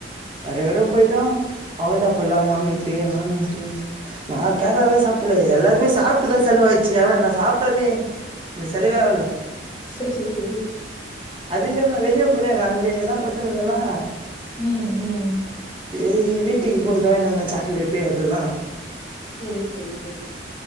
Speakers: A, on the right; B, on the left.
A: வேற எடோ போயிட்டோ அவள்தா ஃபுல்லா வாமிட்டு வாமிட்டு நா கேர்லால சாப்ல்ல எல்லாருமே சாப்பிட்டுதா செலவாயிடுச்சு ஆனா நா சாப்டாமயே. இந்த செலவே ஆவல ம்ச்.
B: சரி, சரி.
A: அது இல்லாம நா வெளியவு போலியா ஆல்லியேதா பத்துன்னு இருந்தனா.
B: உம் உம்.
A: சேரி வீட்டுக்கு கொஞ்சோ என்னல்லா சாக்லேட்டு அதெல்லா.
B: சேரி சேரி சேரி.